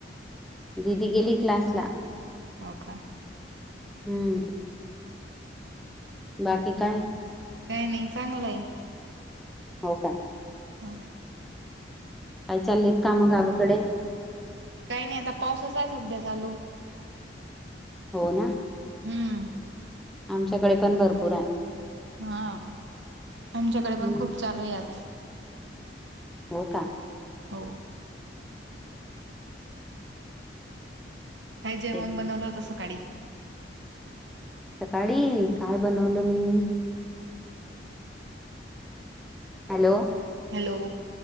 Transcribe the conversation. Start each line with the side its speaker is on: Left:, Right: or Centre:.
Centre: दिदी गेली क्लासला.
Right: हो का
Centre: हम्म बाकी काय
Right: काय नाई चांगलंय
Centre: हो का
Right: <inaudible>
Centre: काय चालयत मग काम गावाकडे
Right: काय नई आता पाऊसच हाय सध्या चालू
Centre: हो ना
Right: हम्म
Centre: आमच्याकडे पण भरपूर आहे.
Right: हा आमच्याकडे पण
Centre: हम्म
Right: खूप चालू आहे आज
Centre: हो का
Right: हो काय जेवण
Centre: तेच
Right: बनवलं होतं सकाळी?
Centre: सकाळी काय बनवलं मी हॅलो
Right: हॅलो